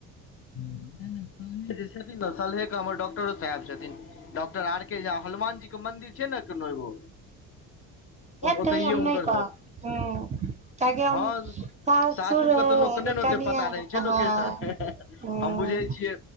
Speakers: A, on the left; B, on the right.
A: हू नै-नै सलही जे छथिन ने, सलहे के हमर डॉक्टरो साहेब छथिन। डॉक्टर आर के झा। हनुमान जी के मंन्दिर छै ने कोनो एगो
B: हेतै
A: ओतहिए
B: हम
A: हुनकर
B: नहि कहब
A: घर
B: हूँ ताकि हम
A: हँ
B: सासुर
A: सासुरके तऽ लोकके नहि ने
B: कनिया
A: ओते पता रहै छै
B: हँ
A: लोकसन।
B: हूँ
A: हम बुझै छियै